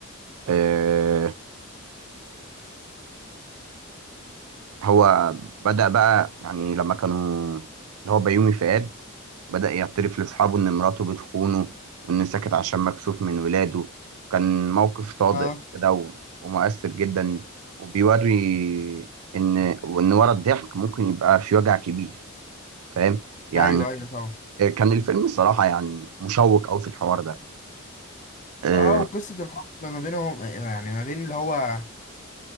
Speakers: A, on the right; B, on the left.
A: آه هو بدأ بقى يعني لما كانوا اللي هو بيومي فؤاد بدأ يعترف لأصحابه إن مراته بتخونه وإنه سكت عشان مكسوف من ولاده كان موقف صادق
B: آه،
A: كده و- ومؤثر جدا وبيوري إن وإن ورا الضحك ممكن يبقى في وجع كبير فاهم يعني
B: ايوه ايوه طبعا
A: كان الفيلم الصراحة يعني مشوق أوي في الحوار ده أه،
B: اه وقصة الحب ما بينهم يعني ما بين اللي هو